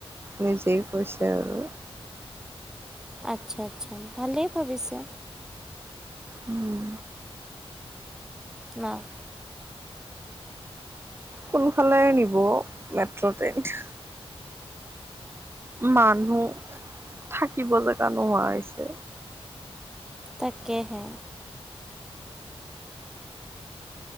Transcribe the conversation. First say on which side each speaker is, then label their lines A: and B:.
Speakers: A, on the right; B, in the centre.
A: নিজেই কৈছে আৰু।
B: আচ্ছা আচ্ছা, ভালেই ভাবিছে।
A: উম।
B: ন?
A: কোনফালে নিব মেট্ৰ' ট্ৰেইন? মানুহ থাকিব জেগা নোহোৱা হৈছে।
B: তাকেহে